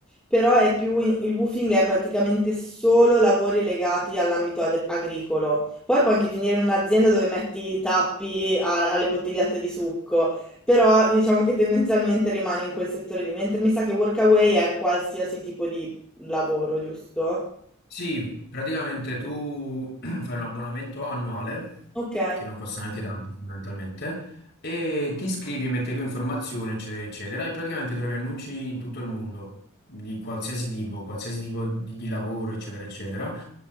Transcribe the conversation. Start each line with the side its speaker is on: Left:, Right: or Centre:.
Centre: però è più in- il woofing è praticamente solo lavori legati all'ambito agri- agricolo. Poi puoi anche finire in un'azienda dove metti i tappi a- alle bottigliette di succo, però diciamo che tendenzialmente rimane in quel settore lì, mentre mi sa che Workaway è qualsiasi tipo di lavoro, giusto?
Left: Sì, praticamente tu <clears throat> fai un abbonamento annuale,
Centre: Ok.
Left: che non costa neanche tanto fondamentalmente, e ti iscrivi e metti le tue informazioni, eccetera, eccetera, e praticamente trovi annunci in tutto il mondo, di qualsiasi tipo, qualsiasi tipo di, di lavoro, eccetera, eccetera.